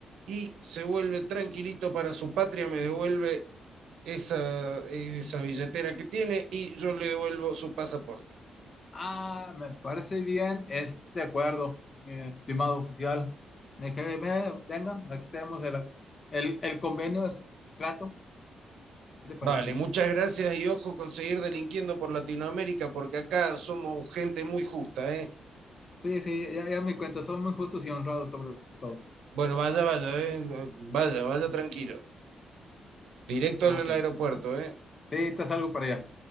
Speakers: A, on the right; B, on the left.
A: y se vuelve tranquilito para su patria, me devuelve esa, esa billetera que tiene y yo le devuelvo su pasaporte.
B: Ah, me parece bien este acuerdo, mi estimado oficial. Déjeme, venga, aquí tenemos el, el, el convenio de trato. ¿Qué le parece?
A: Vale, muchas gracias y ojo con seguir delinquiendo por Latinoamérica porque acá somos gente muy justa, ¿eh?
B: Sí, sí, ya, ya me cuenta, son muy justos y honrados sobre todo.
A: Bueno, vaya, vaya, ¿eh? Vaya, vaya tranquilo. Directo
B: Ok.
A: al aeropuerto, ¿eh?
B: Sí, estás algo para allá.